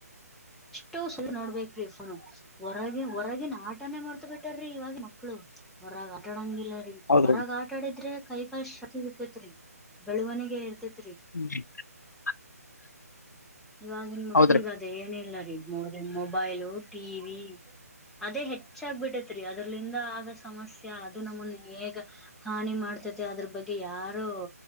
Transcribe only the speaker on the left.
<inaudible>
ಹೌದ್ರಿ
ಹ್ಮ <unintelligible>
ಹೌದ್ರಿ